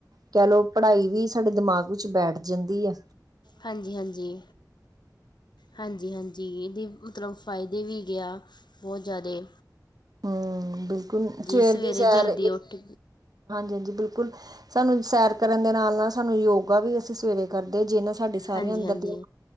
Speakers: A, on the right (about 60°); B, on the left (about 85°).
A: ਕਹਿ ਲਓ ਪੜ੍ਹਾਈ ਵੀ ਸਾਡੇ ਦਿਮਾਗ ਵਿੱਚ ਬੈਠ ਜਾਂਦੀ ਐ
B: ਹਾਂਜੀ ਹਾਂਜੀ ਹਾਂਜੀ ਹਾਂਜੀ ਇਹਦੇ ਮਤਲਬ ਫਾਇਦੇ ਵੀ ਗਿਆ ਬਹੁਤ ਜ਼ਿਆਦੇ
A: ਹੂੰ ਬਿਲਕੁਲ ਸਵੇਰ
B: ਸਵੇਰੇ
A: ਦੀ ਸੈਰ
B: ਜਲਦੀ ਉੱਠ
A: ਹਾਂਜੀ ਹਾਂਜੀ ਬਿਲਕੁਲ ਸਾਨੂੰ ਸੈਰ ਕਰਨ ਦੇ ਨਾਲ ਨਾਲ ਸਾਨੂੰ ਯੋਗਾ ਵੀ ਅਸੀਂ ਸਵੇਰੇ ਕਰਦੇ ਜਿਹਨਾਂ ਸਾਡੇ ਸਾਰੀਆਂ
B: ਹਾਂਜੀ
A: ਅੰਦਰ
B: ਹਾਂਜੀ
A: ਦੀਆਂ